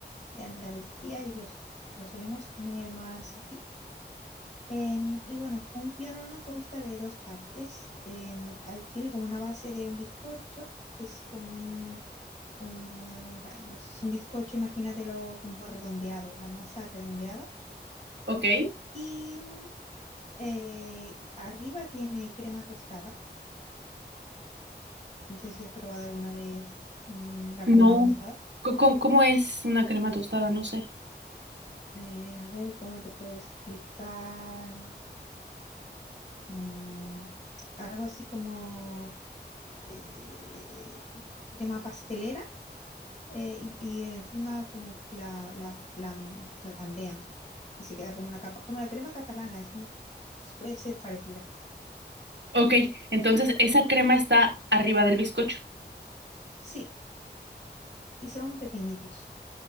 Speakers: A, on the left; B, on the right.
A: de Andalucía y los, lo solemos comer más aquí. Em, y bueno, un pionono consta de dos partes. Em, hay- tiene como una base de un bizcocho, que es como un, un, una- no sé, es un bizcocho, imagínatelo como redondeado, la masa redondeada.
B: Ok.
A: Y mm, eh, arriba tiene crema tostada. No sé si has probado alguna vez mm, la
B: No.
A: crema tostada.
B: Co- co- ¿Cómo es una crema tostada? No sé.
A: Eh, a ver cómo te puedo explicar. Mm, algo así como eh, crema pastelera eh, y, y encima como la, la flam- flambean y se queda como una capa, como la crema catalana, es muy, pues puede ser parecida.
B: Ok, entonces esa crema está arriba del bizcocho.
A: Sí, y son pequeñitos.